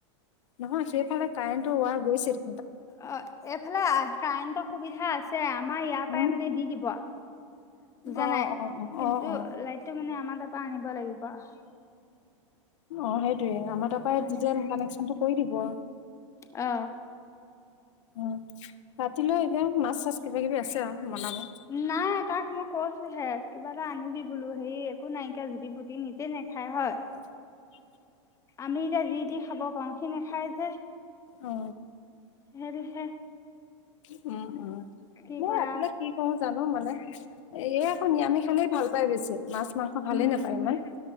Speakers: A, on the left (about 70°); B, on the left (about 20°).
A: নহয় সেইফালে কাৰেণ্টৰ ৱাৰ গৈছিল।
B: অ এইফালে কাৰেণ্টৰ সুবিধা আছে আমাৰ ইয়াৰ
A: উম
B: পৰাই মানে দি দিব আও। বুজা
A: অ
B: নাই,
A: অ
B: কিন্তু
A: অ অ
B: লাইটটো মানে আমাৰ তাৰপৰা আনিব লাগিব আও।
A: অ সেইটোৱে, আমাৰ তাৰপৰা
B: নিচিনা
A: যেন কানেকচনটো কৰি দিব।
B: অ।
A: উম, ৰাতিলৈ এতিয়া মাছ চাছ কিবা কিবি আছে আও বনাব।
B: নাই তাক মই কৈছোঁ হে কিবা এটা আনিবি বোলো হেই একো নাইকিয়া জুতি পুটি নি- নেখায় হয়।
A: <unintelligible>
B: আমি এতিয়া যি তি খাব পাৰোঁ, সি নেখায় যে।
A: অ।
B: সেইটোহে।
A: উম উম।
B: কি
A: মো
B: কৰা
A: ৰাতিলৈ কি কৰো জানো, মানে এ আকৌ নিৰামি খালেই ভাল পায় বেছি মাছ মাংস। ভালে
B: উম
A: নাপায়
B: উম
A: ইমান।